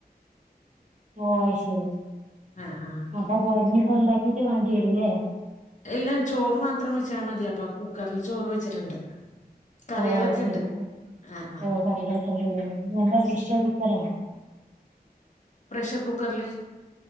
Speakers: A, on the right; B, on the left.
A: ഓ അ ശരി
B: ആ ആ
A: അപ്പൊ ഇനിപ്പോ ഉണ്ടാക്കിട്ട് വേണ്ടി വരുല്ലേ
B: എല്ലാ ചോറ് മാത്രം വെച്ചാ മതി അപ്പൊ കുക്കറില് ചോറ് വെച്ചിട്ടുണ്ട് കറികളൊക്കെ
A: ഓ അയിശരി
B: ഉണ്ട് ആ ആ
A: ഓ കറികളൊക്കെ ഇണ്ട്ലേ എന്താ ഫിഷ് ആ ചിക്കൻ ആ
B: പ്രഷർ കുക്കറില്